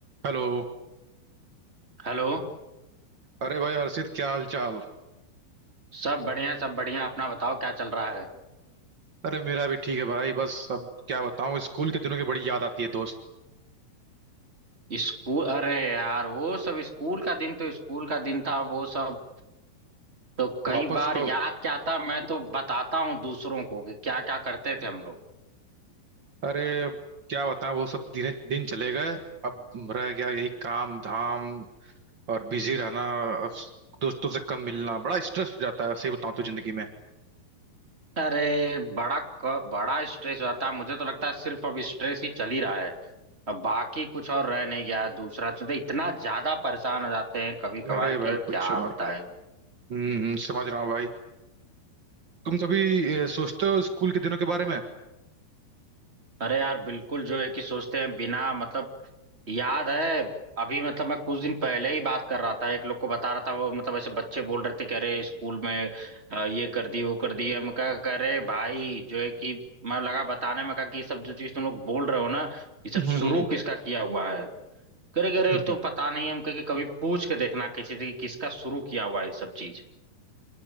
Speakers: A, on the right (about 65°); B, on the right (about 20°).
A: Hello
B: Hello
A: अरे भाई हर्षित क्या हाल चाल
B: सब बढ़िया सब बढ़िया अपना बताओ क्या चल रहा है
A: अरे मेरा भी ठीक है भाई बस अब क्या बताऊं स्कूल के दिनों की बड़ी याद आती है दोस्त
B: स्कूल अरे यार वो सब स्कूल का दिन तो स्कूल का दिन था वो सब तो कई
A: वापस
B: बार
A: तो
B: याद क्या आता मैं तो बताता हूँ दूसरों को कि क्या क्या करते थे हम लोग
A: अरे अब क्या बताऊं वो सब दिन दिन चले गए अब रह गया यही काम धाम और बिजी रहना अब दोस्तों से कम मिलना बड़ा स्ट्रेस हो जाता है सही बताऊं तो जिंदगी में
B: अरे बड़ा क- बड़ा स्ट्रेस होता है मुझे तो लगता है सिर्फ अब स्ट्रेस ही चल ही रहा है अब बाकी कुछ और रह नहीं गया है। दूसरा चीज इतना ज्यादा परेशान हो जाते हैं कभी कभार
A: अरे भाई
B: कि
A: पूछो
B: क्या बताएं
A: मत हम्म हम्म, समझ रहा हूँ भाई तुम कभी अ, सोचते हो स्कूल के दिनों के बारे में
B: अरे यार बिल्कुल जो है कि सोचते हैं बिना मतलब याद है अभी मतलब मैं कुछ दिन पहले ही बात कर रहा था एक लोग को बता रहा था वो मतलब ऐसे बच्चे बोल रहे थे कि अरे स्कूल में अ, ये कर दिए वो कर दिए हम कहा कह रहे भाई जो है कि मैं लगा बताने में कहा कि ये सब जो चीज तुम लोग बोल रहे हो ना ये सब
A: हम्म,
B: शुरू किसका किया हुआ है करे करे
A: हम्म,
B: तो पता नहीं हम कहे कि कभी पूछ के देखना किसी से कि किसका शुरू किया हुआ है ये सब चीज